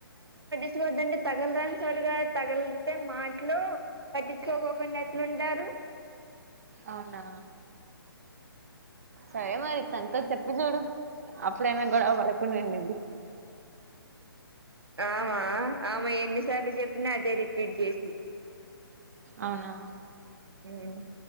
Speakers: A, on the right (about 80°); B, on the right (about 40°).
A: చ్చకొద్దంటే తగలరాని చోటుగా తగిలితే మాట్లు పట్టించుకోకుండా ఎట్లుంటారు.
B: అవునా సరె మరి తంతో చెప్పి చూడు అప్పుడేమె గొడవ పడకుంని ఉండిది.
A: ఆమా ఆమె ఎన్ని సార్లు చెప్పినా అదే రిపీట్ చేసి
B: అవునా
A: ఊమ్